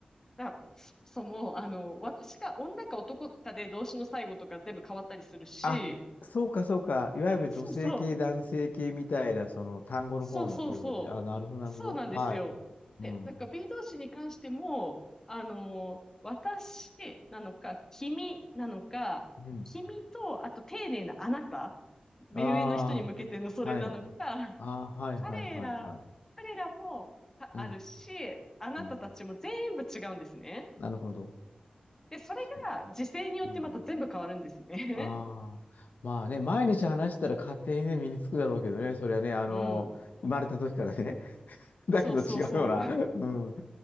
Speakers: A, on the left (about 20°); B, on the left (about 75°).
A: だ、そも、あの、私が女か男かで動詞の最後とか全部変わったりするし、
B: あ、そうかそうか。いわゆる女性系、
A: そうそう。
B: 男性系みたいな、その単語の方もそうだし。
A: そうそうそう。
B: あ、なるほど、なるほど。
A: そうなんですよ。
B: はい。うん。
A: で、なんか B 動詞に関しても、あのー私なのか、君なのか、
B: うん。
A: 君と、あと丁寧なあなた、目上の人に向けてのそれなのか、
B: ああ、はい。ああ、はいはいはいはい。
A: 彼ら、彼らもああるし、
B: うん。
A: あなたたちも全部違うんですね。
B: うん。なるほど。
A: で、それが時勢によってまた全部変わるんですね。
B: そう。うん。ああ。まあね、毎日話したら勝手にね、身につくだろうけどね、それはね、あの、
A: <laughs> うん。
B: 生まれた時からね。<laughs> だけど違うよな。
A: そうそうそう。
B: うん。